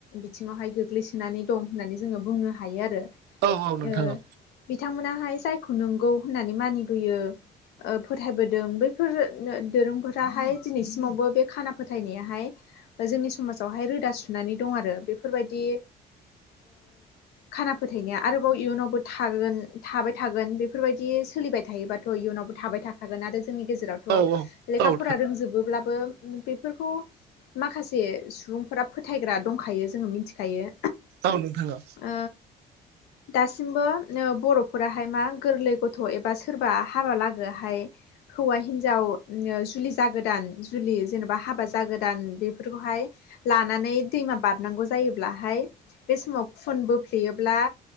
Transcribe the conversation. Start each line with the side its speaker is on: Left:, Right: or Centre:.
Left: बिथिङाव हाय गोग्लैसोनानै दं होननानै जोंङो बुंनो हायो आरो।
Right: औ औ नोंथां
Left: ओ
Right: औ
Left: बिथांमोना हाय जायखौ नंगौ होननानै मानिबोयो। फोथायबोदों बैफोर दोरोंफोरा हाय दिनैसिमावबो बे खाना फोथायनाया हाय जोंनि समाजावहाय रोदा सुनानै दं आरो बेफोर बायदि खाना फोथायनाया आरो इयुनावबो थागोन थाबाय थागोन बेफोरबायदि सोलिबाय थायोबाथ' इयुनावबो थाबाय थाखागोन। थागोन आरो जोंनि गेजेरावथ'
Right: औ
Left: लेखा
Right: नोंथां औ
Left: फरा रोंजोबोब्लाबो उम। बेफोरखौ माखासे सुबुंफोरा फोथायग्रा दंखायो जोङो मिथिखायो।
Right: औ नोंथां औ।
Left: ओ। दासिमबो बर'फोराहाय मा गोरलै गथ' एबा सोरबा हाबालागोआहाय। हौवा हिनजाव जुलि जागोदान जुलि जेनेबा हाबा जागोदान बेफोरखौ हाय। लानानै दैमा बारनांगौ जायोब्लाहाय बे समाव फुन बोफ्लेयोब्ला